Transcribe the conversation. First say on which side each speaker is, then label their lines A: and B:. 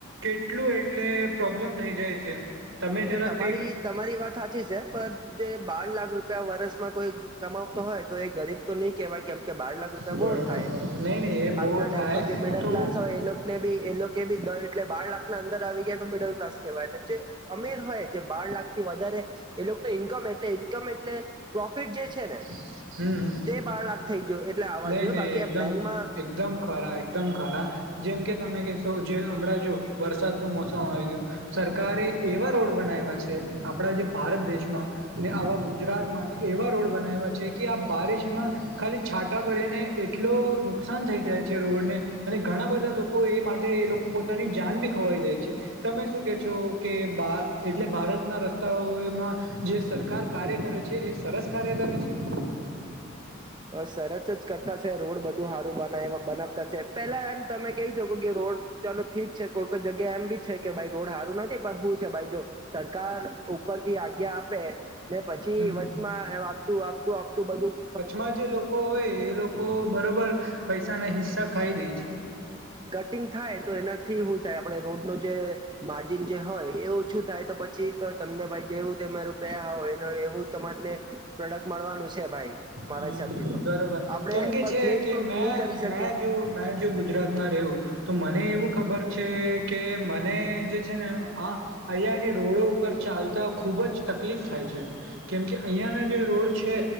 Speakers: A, on the right; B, on the right.
A: કેટલું એટલે પ્રોબ્લેમ થઈ જાય છે તમે જરા
B: તમારી
A: કંઈક
B: તમારી વાત સાચી છે જે બાર લાખ રૂપિયા વરસમાં કોઈ કમાવતો હોય તો એ ગરીબ તો નહી કેવાય કેમ કે બાર લાખ રૂપિયા
A: બરોબર
B: બહુ થાય
A: બરોબર નહીં નહીં એ બહુ
B: આજના ટાઈમ
A: થાય
B: પર જે મિડલ
A: તો
B: ક્લાસ હોય એ બી એ લોકો બી એટલે બાર લાખના અંદર આવી ગયા તો લ ક્લાસ કહેવાય અમીર હોય જે બાર લાખ થી વધારે એ લોકોને ઈન્કમ એટલે ઈન્કમ એટલે પ્રોફિટ જે છે ને
A: હમ હમ
B: તે બાર લાખ થઈ ગયો એટલે આવવા
A: નઈ
B: જોઈએ
A: નહી
B: બાકી
A: એકદમ
B: એમ બેંકમાં
A: એકદમ ખરા એકદમ ખરા જેમ કે તમે કશો જે હમણાં જો વરસાદનુંું મોસમ આવી ગયું સરકારે એવા રોડો આપ જે ભારત દેશમાં ને આવા ગુજરાતમાં એવા રોડ બનાવ્યા છે કે આપ બારિશ ના ખાલી છાંટા પડીેને એટલો નુકસાન થઈ જાય છે રોડને અને ઘણા બધા લોકો એ માટે એ લોકો પોતાની જાન બી ખવાઈ દે છે તમે શું કે છો કે એટલે ભારતના રસ્તાઓમાં જે સરકાર કાર્ય કરે છે એ સરસ કાર્ય કરે છે
B: અ સરસ જ કરતા છે રોડ બધું સારું બ બનાવતા છે પેલા એમ તમે કહી શકો કે રોડ ચાલો થીજ છે કોઈ કોઈ જગ્યા એમ બી છે કે ભાઈ રોડ સારું નથી પણ હું છે ભાઈ જો સરકાર ઉપરથી આજ્ઞા આપે ને પછી
A: હમ
B: વચમાં એમ આપતું આપતું આપતું બધું
A: માં જે લોકો હોય એ લોકો બરોબર પૈસા ના હિસ્સા ખાઈ દે છે
B: કટિંગ થાય તો એનાથી શું થાય આપડ રોડ ન જે માર્જિન જે હોય એ ઓછું થાય તો પછી તો તમને ભાઈ જેવું તે મારું પયા હોય એવું તમારને પ્રોડક્ટ મળવાનું છે ભાઈ મારા
A: હમ
B: હિસાબથી તો
A: બરોબર
B: આપણે
A: કેમ કે
B: પણ
A: છે
B: બ્લેમ
A: કે
B: તો
A: મે
B: નહી કરી શકે
A: મે જો મે જો ગુજરાત રહેવું તો મને એવું ખબર છે કે મને જે છે ને આ અહીંયાની રોડો ઉપર ચાલતા ખુબ જ તકલીફ થાય છે કેમકે અહીંયાના જે રોડ છે